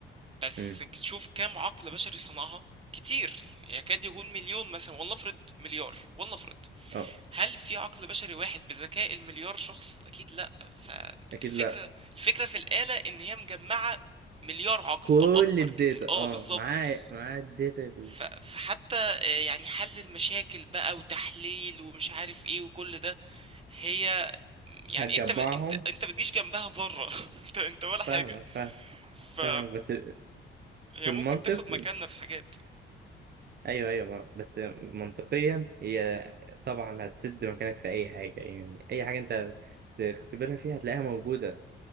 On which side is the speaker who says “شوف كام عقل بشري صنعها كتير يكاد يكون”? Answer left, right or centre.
Right